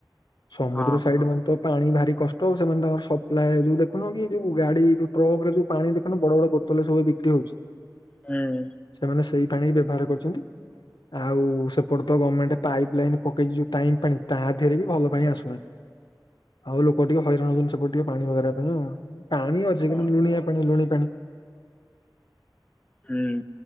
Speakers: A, on the left; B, on the left.
A: ସମୁଦ୍ର
B: ହଁ
A: ସାଇଡ଼ ମାନେ ତ ପାଣି ଭାରି କଷ୍ଟ ଆଉ ସେମାନେ ତାଙ୍କର ସପ୍ଲାଏ ଯୋଉ ଦେଖୁନ କି ଯୋଉ ଗାଡ଼ି ଯୋଉ ଟ୍ରକ ରେ ଯୋଉ ପାଣି ଦେଖୁନ ବଡ଼ ବଡ଼ ବୋତଲରେ ସବୁ ବିକ୍ରି ହଉଛି।
B: ହୁଁ।
A: ସେମାନେ ସେଇ ପାଣି ହି ବ୍ୟବହାର କରୁଛନ୍ତି। ଆଉ ସେପଟ ତ ଗମେଣ୍ଟ ପାଇପ୍ ଲାଇନ୍ ପକେଇଛି ଯୋଉ ଟାଇମ୍ ପାଣି ତା ଦେହରେ ବି ଭଲ ପାଣି ଆସୁନା।
B: ଁ
A: ଆଉ ଲୋକ ଟିକେ ହଇରାଣ ହୁଅନ୍ତି ସେପଟେ ଟିକେ ପାଣି ବଗେରା ପାଇଁ ଆଉ ପାଣି ଅଛି
B: ହଁ।
A: କିନ୍ତୁ ଲୁଣିଆ ପାଣି ଲୁଣି ପାଣି।
B: ହୁଁ।